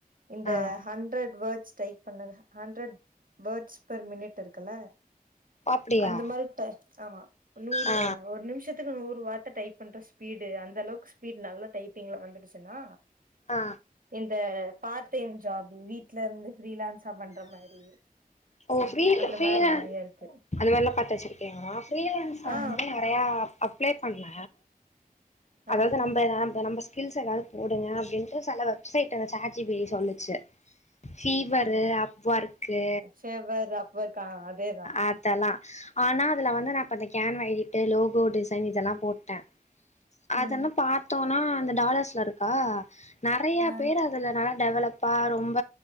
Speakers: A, on the right; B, on the left.
A: இந்த
B: ஆ
A: ஹண்ட்ரட் வேர்ட்ஸ் டைப் பண்ணது ஹண்ட்ரட் வேர்ட்ஸ் பர் மினிட் இருக்குல
B: அப்டியா
A: அந்த மாரி டை ஆமா நூறு
B: ஆ
A: அ ஒரு நிம்ஷத் த்துகுனு ஒரு வார்த்த டைப் பண்ற ஸ்பீடு அந்த அளவுக்கு ஸ்பீடு நல்லா டைப்பிங்ல வந்துடுச்சுன்னா
B: ஆ
A: இந்த பார்ட் டைம் ஜாப் வீட்ல இருந்து ஃப்ரீலான்ஸா பண்ற மாரி
B: ஓ ஃப்ரீ
A: அந்த
B: ஃப்ரீலான்ஸ்
A: மாரி நெறைய இருக்கு
B: அது மாரிலா பாத்து வச்சிருக்கீங்களா ஃப்ரீலான்ஸா
A: ஆ
B: நறையா அப்ளை பண்ண
A: ஆ
B: அதாவ்து நம் நம்ம ஸ்கில்ஸ் ஏதாவ்து போடுங்க அப்டின்ட்டு சில website chat G P T சொல்லுச்சு Fiverr Upwork
A: Fiverr Upwork அதேதா
B: அதலா ஆனா அதுல வந்து நான் இப்ப கேன் வயிட்டு லோகோ டிசைன் இதெல்லாம் போட்டேன் அதன்ன
A: ம்
B: பாத்தோனா அந்த டாலர்ஸ்ல இருக்கா நறைய
A: ஆ
B: பேர் அதுல டெவலப்பா ரொம்ப